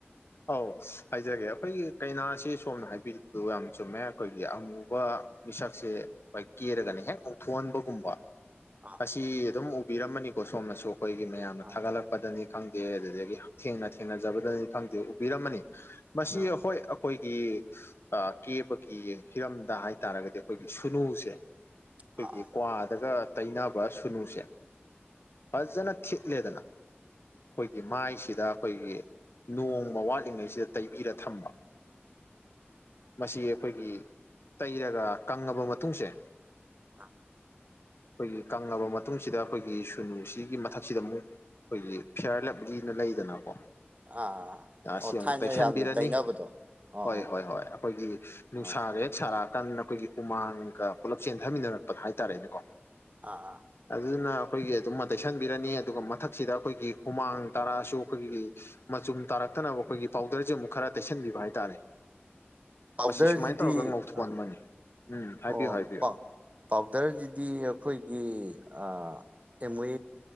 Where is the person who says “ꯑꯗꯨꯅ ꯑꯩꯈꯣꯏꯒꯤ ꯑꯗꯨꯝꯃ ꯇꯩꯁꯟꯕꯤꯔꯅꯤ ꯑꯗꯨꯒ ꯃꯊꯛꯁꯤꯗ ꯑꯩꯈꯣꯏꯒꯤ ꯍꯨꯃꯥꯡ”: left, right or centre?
Left